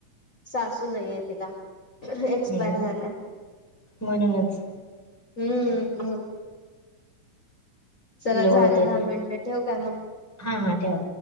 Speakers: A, on the left; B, in the centre.
A: सासू नाहीये तिला,
B: हम्म
A: एक्सपायर झाल्या.
B: म्हणूनच
A: हूं मग. चला
B: लोड
A: झाले
B: होतय
A: दहा
B: ते
A: मिनिटं ठेवू काय म.
B: हा हा ठेवा.